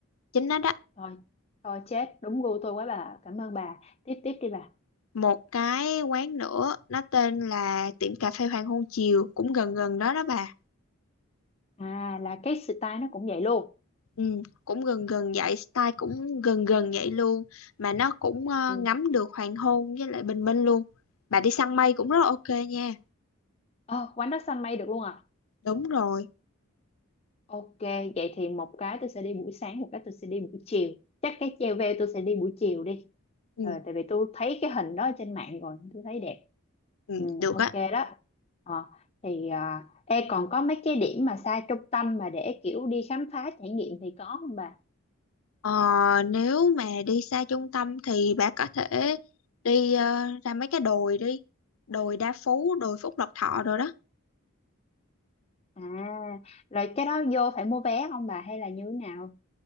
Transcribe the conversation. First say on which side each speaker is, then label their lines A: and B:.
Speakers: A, on the left (about 80°); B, on the left (about 30°).
A: Chính nó đó.
B: Thôi, thôi chết, đúng gu tôi quá bà. Cảm ơn bà. Tiếp tiếp đi bà.
A: Một cái quán nữa nó tên là tiệm cà phê Hoàng Hôn Chiều cũng gần gần đó đó bà.
B: À là cái style nó cũng vậy luôn.
A: Ừ, cũng gần gần vậy, style cũng gần gần vậy luôn mà nó cũng ờ,
B: Ừ.
A: ngắm được hoàng hôn với lại bình minh luôn. Bà đi săn mây cũng rất là ok nha.
B: Ờ, quán đó xanh mây được luôn à?
A: Đúng rồi.
B: Ok, vậy thì một cái tôi sẽ đi buổi sáng, một cái tôi sẽ đi buổi chiều. Chắc cái treo veo tôi sẽ đi buổi chiều đi.
A: Ừ,
B: Ờ, tại vì tôi thấy cái hình đó ở trên mạng rồi, tôi thấy đẹp.
A: ừ,
B: Ừ,
A: được
B: ok
A: á.
B: đó. Ờ, thì à, e còn có mấy cái điểm mà xa trung tâm mà để kiểu đi khám phá trải nghiệm thì có không bà?
A: Ờ, nếu mà đi xa trung tâm thì bà có thể đi ờ, ra mấy cái đồi đi. Đồi Đa Phú, đồi Phúc Lộc Thọ rồi đó.
B: À, rồi cái đó vô phải mua vé không bà hay là như thế nào?